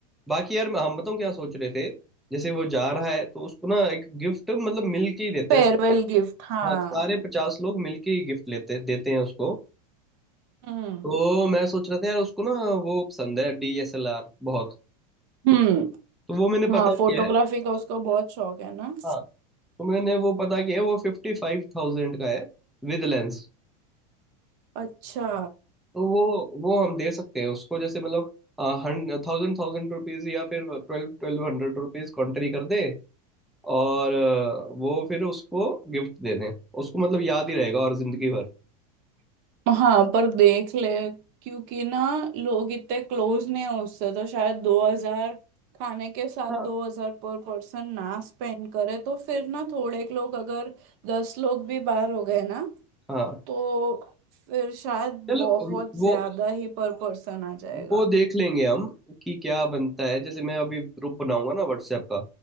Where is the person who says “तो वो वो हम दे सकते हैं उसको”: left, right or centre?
Centre